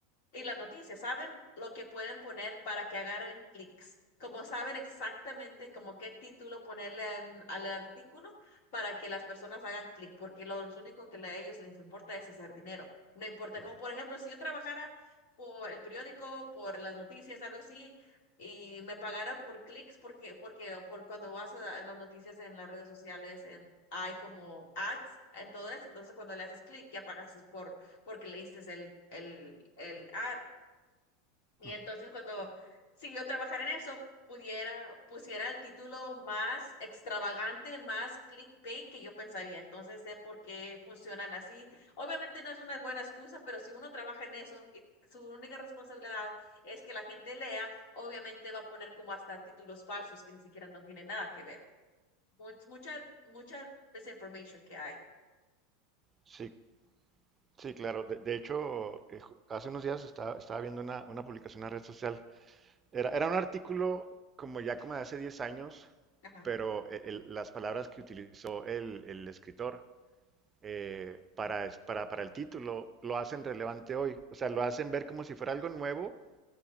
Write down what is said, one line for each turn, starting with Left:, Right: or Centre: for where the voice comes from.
Left: y las noticias, ¿saben? Lo que pueden poner para que agarren clics. Como saben exactamente como qué título ponerle en- al artículo para que las personas hagan clic, porque lo único que a ellos les importa es hacer dinero. No importa,
Right: ujú,
Left: como por ejemplo, si yo trabajara por el periódico, por las noticias, algo así, y me pagaran por clics, porque, porque por cuando vas a las noticias en las redes sociales, en- hay como ads en todo eso, entonces cuando le haces clic ya pagas por porque leíste el, el, el AR. Y
Right: ujú.
Left: entonces cuando, si yo trabajara en eso, pudiera, pusiera el título más extravagante, más clickbait que yo pensaría. Entonces sé por qué funcionan así. Obviamente no es una buena excusa, pero si uno trabaja en eso y su única responsabilidad es que la gente lea, obviamente va a poner como hasta títulos falsos que ni siquiera no tienen nada que ver. Much, mucha, mucha desinformation que hay.
Right: Sí, sí, claro. De, de hecho, eh, ju- hace unos días estaba, estaba viendo una, una publicación en la red social Era, era un artículo como ya como de hace 10 años,
Left: Ajá,
Right: pero eh, el- las palabras que utilizó el, el escritor eh, para, es- para, para el título lo hacen relevante hoy. O sea, lo hacen ver como si fuera algo nuevo,